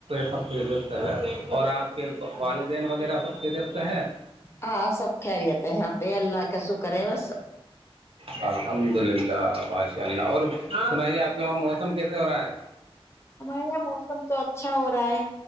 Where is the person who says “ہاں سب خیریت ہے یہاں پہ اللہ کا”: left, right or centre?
Left